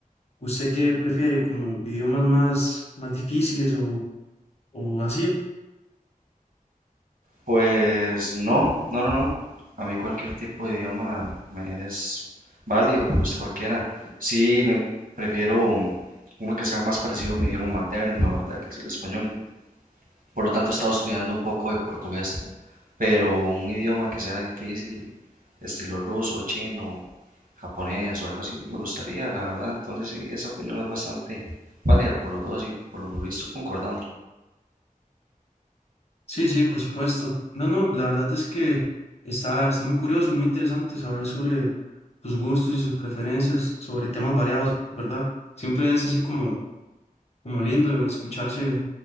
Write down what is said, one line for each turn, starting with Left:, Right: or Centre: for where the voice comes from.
Left: ¿Usted qué prefiere, como idiomas más, más difíciles o, o así?
Right: Pues no, no, no, no. A mí cualquier tipo de idioma me es válido, me gusta cualquiera. Sí, me prefiero mm, uno que sea más parecido a mi idioma materno, ¿verdad? Que es el español. Por lo tanto, he estado estudiando un poco de portugués pero un idioma que sea difícil, estilo ruso, chino, japonés o algo así, me gustaría, la verdad. Entonces sí, esa opinión es bastante válida por los dos y por lo visto concordamos.
Left: Sí, sí, por supuesto. No, no, la verdad es que está, está muy curioso y muy interesante saber sobre sus gustos y sus preferencias, sobre temas variados, ¿verdad? Siempre es así como, como lindo escucharse